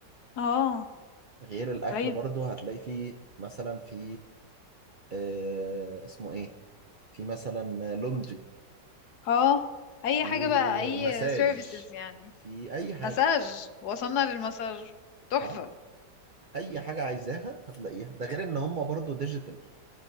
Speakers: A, on the left; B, on the right.
A: اه
B: غير الأكل
A: طيب
B: برضه هتلاقي فيه مثلا في آه اسمه ايه في مثلا لوندري
A: اه اي
B: في
A: حاجة بقى اي
B: مساج
A: سيرفيسز يعني
B: في أي حاجة
A: مساج وصلنا للمساج تحفة
B: ها أي حاجة عايزاها هتلاقيها ده غير إن هم برضه ديجيتال